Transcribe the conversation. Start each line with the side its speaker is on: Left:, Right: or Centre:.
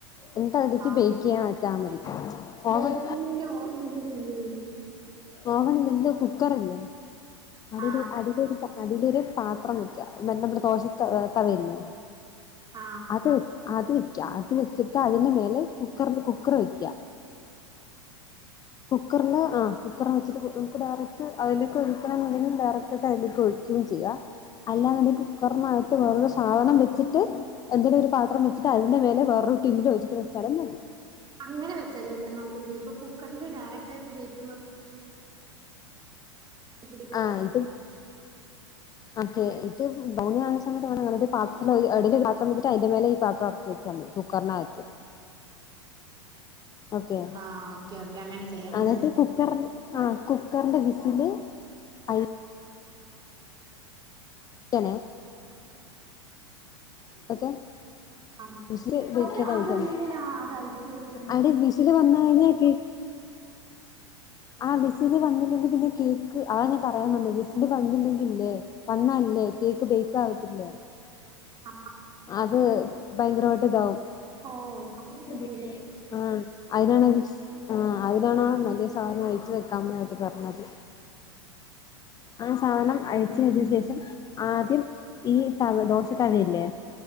Left: എന്ത അതിക്ക
Right: ആ
Left: ബേക്കിയ താമതി ഓവൺ
Right: ബേക്കിങ്ങിന്റെ ഓർമ്മയില്ലെങ്കിൽ എന്ത് ചെയ്യും
Left: ഓവണില്ലെങ്കില് കുക്കറ് ഇ ല്ലേ അടി
Right: ആ
Left: അടിലൊരു അടിലൊരു പാത്രം വെയ്ക്ക മറ്റ നമ്മുടെ ദോശ തവയില്ല
Right: ആ
Left: അത് വിക്ക്യ അത് വിക്ക്യ അത് വി ച്ചിട്ട് അതിന്റെ മേലെ കുക്കർ കുക്കർ വെക്ക്യാ. കുക്കർല് ആഹ് കുക്കർ വെച്ചിട്ട് നമുക്ക് ഡയറക്ട് അതിലേക്ക് ഒഴിക്കണംണ്ടെങ്കി ഡയറ ക്ട് ടൈമിക്ക് ഒഴിക്ക്യും ചെയ്യാ. അല്ലാെന്നുണ്ടെങ്കിൽ കുക്കറിനകത്ത് വേറൊ സാധനം വച്ചിട്ട് എന്തെങ്കിലും ഒരു പാത്രം വെച്ചിട്ട് അതിന്റെ മേല വെറെ <unintelligible> വെച്ചാലും മതി
Right: അങ്ങനെ വെച്ചാല്ലല്ലോ നല്ലത് ഇപ്പൊ കു കുക്കറില് ഡയറക്റ്റ് ആക്കി വെക്കുമ്പോ പിടിക്കാൻ
Left: ആഹ് ഇത് ഓക്കെ ഇത് ബൗണി ആകുന്ന സമയത്ത് വേണം ഒരു പാത്ര എടെയിൽ ഒരു പത്രം വച്ചിട്ട് അതിന്റെ മേലെ ഈ പാത്രം ഇറക്കി വെച്ചാൽ മതി കു കുക്കർ നകത്ത് ഓക്കെ
Right: ആഹ് ഓക്കെ ഓക്കെ അങ്ങനെ ചെയ്യാം
Left: എന്നിട്ട് കുക്കർ ആഹ് കുക്കറിന്റെ വിസില് അയ് <unintelligible> ഓക്കെ
Right: ആഹ്
Left: വിസില് അടിക്ക
Right: അത്
Left: ഒരഞ്ചണ്ണം
Right: അതെന്തിനാ അത് ഐസ് വെക്കുന്നത്
Left: ആടി വിസില് വന്ന ഇനി ആക്കി ആഹ് വിസില് വന്നില്ലെങ്കി പിന്നെ കേക്ക് ആ ഞാൻ പറയാൻ വന്നേ വിസില് വന്നില്ലെങ്കി ഇല്ലേ വന്നാല് ലേ കേക്ക് ബേക്ക് ആവത്തില്ല
Right: ആഹ്
Left: അത് ഭയങ്കരമായിട്ട് ഇതാവും.
Right: ഓഹ് അങ്ങനെയൊക്കെയുണ്ടല്ലേ
Left: പിന്നെ ആഹ് അയിനാണ വിസ് ആഹ് അയിനാണാ വല്യ സാധനം ഒഴിച്ച് വെക്കാനായിട്ട് പറഞ്ഞത് ആ സാനം അഴിച്ച്
Right: ഉം
Left: വച്ച ശേഷം ആദ്യം ഈ തവദോശ തവയില്ലേ